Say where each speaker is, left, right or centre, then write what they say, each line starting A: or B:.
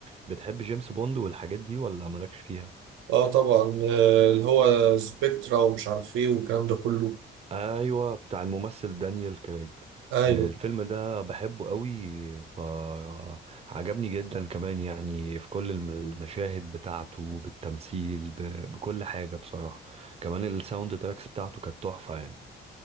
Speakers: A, on the right; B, on the right.
A: بتحب جيمس بوند والحاجات دي ولا مالكش فيها
B: اه طبعا آه، اللي هو سبيكترا ومش عارف ايه والكلام ده كله
A: ايوه بتاع الممثل دانيال كريج
B: ايوه
A: آه، الفيلم ده بحبه قوي فعجبني جدا كمان يعني في كل الم- المشاهد بتاعته بالتمثيل ب- بكل حاجة بصراحة كمان الساوند تراكس بتاعته كانت تحفة يعني